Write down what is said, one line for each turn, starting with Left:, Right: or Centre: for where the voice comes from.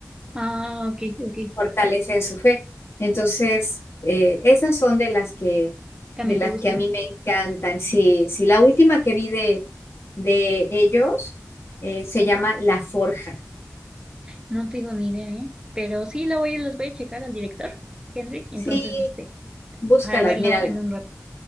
Right: Ah, ok, ok.
Left: fortalecen su fe. Entonces, eh, esas son de las que,
Right: También
Left: de las
Right: te gustan.
Left: que a mí me encantan. Sí, sí, la última que vi de, de ellos eh, se llama La Forja.
Right: No tengo ni idea, ¿eh? Pero sí la voy, las voy a checar al director, Kendrick, y
Left: Sí,
Right: entonces, este,
Left: búscalas,
Right: para verlo
Left: mira,
Right: en un rato.